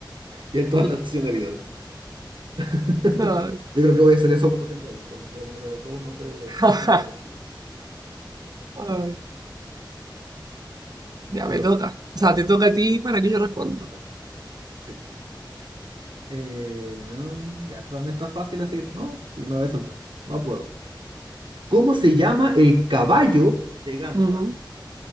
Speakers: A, on the right; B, on the right.
A: Y en todas las nacionalidades. <laughs>
B: No.
A: Yo creo que voy a hacer eso cuando tenga hijos. Les voy a poner a los dos un nombre
B: <laughs>
A: que suene parecido.
B: Ay, Ya
A: Ah,
B: me toca.
A: ya,
B: O sea, te toca a ti para que yo responda.
A: me toca. Sí. Eh, mm, ya, esto también está fácil, así que no, sí, me lo voy a saltar. Vamos por otro. ¿Cómo se llama el caballo de Gandalf?
B: Ujú,